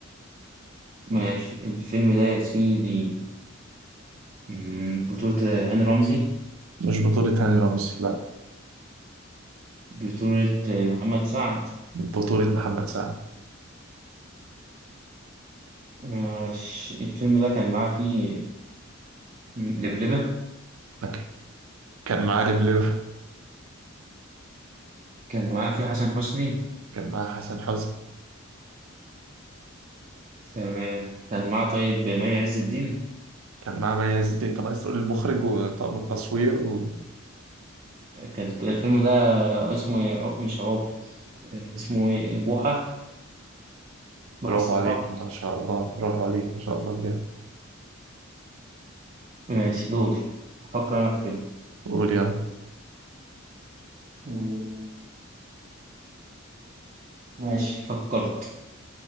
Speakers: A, on the right (about 35°); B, on the right (about 85°).
A: ماشي الفيلم ده يا سيدي مم، بطولة هاني رمزي
B: مش بطولة هاني رمزي
A: بطولة محمد سعد
B: بطولة محمد سعد
A: ماشي. الفيلم ده كان معاه فيه مم، لبلبة
B: فك- كان معاه لبلبة
A: كان معاه فيه حسن حسني
B: كان معاه حسن حسني
A: تمام كان معاه طيب مي عز الدين
B: كان معاه مي عز الدين طب عايز تقول المخرج وطاقم التصوير و...
A: كان الفيلم ده اسمه إيه؟ عق- مش عوض اسمه ايه بوحة بوحة
B: برافو
A: الصباح
B: عليك ما شاء الله برافو عليك ما شاء الله بجد
A: ماشي دوري أفكر أنا في فيلم
B: قول يلا
A: مم، ماشي فكرت